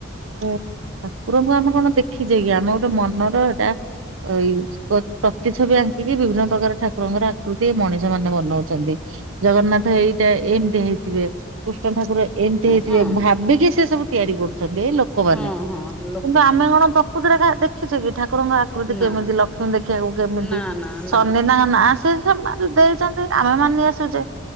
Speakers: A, on the right; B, in the centre.
A: ଏ ଠାକୁରଙ୍କୁ ଆମେ କଣ ଦେଖ୍ ଖିଚେକି ଆମ ଗୋଟେ ମନର ହେଟା ଅ ଏଇ ପ୍ର ପ୍ରତିଛବି ଆଙ୍କିକି ବିଭିନ୍ନ ପ୍ରକାର ଠା ଠାକୁରଙ୍କର ଆକୃତି ମଣିଷ ମାନେ ବନୋଉଚନ୍ତି ଜଗନ୍ନାଥ ଏଇଟା ଏମତି ହେଇଥିବେ। କୃଷ୍ଣ ଠାକୁର ଏମତି ହେଇଥିବେ
B: ହଁ ହଁ
A: ଭାବିକି ସେ ସବୁ ତିଆରି କରୁ ଚନ୍ତି ଏଇ ଲୋକମାନେ
B: ହଁ ହଁ ଲୋକମାନେ
A: କିନ୍ତୁ ଆମେ କଣ ପ୍ରକୃତରେ ଠା ଦେଖିଚେ କି ଠାକୁରଙ୍କ ଆ ଆକୃତି
B: ନା
A: କେମିତି ଲକ୍ଷ୍ମୀ ଦେଖିବାକୁ କେମିତି?
B: ନା ନା ନା
A: ସନି ତାଙ୍କ ନାଁ ସେଇ ସମୟରେ ଦେଇଚନ୍ତି ଆମେ ମାନି ଆସିଚେ।